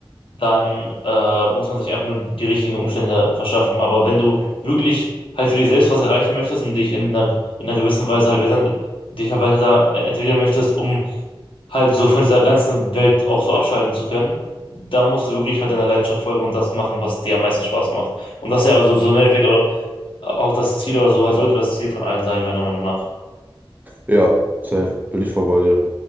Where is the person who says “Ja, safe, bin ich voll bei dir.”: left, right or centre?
Right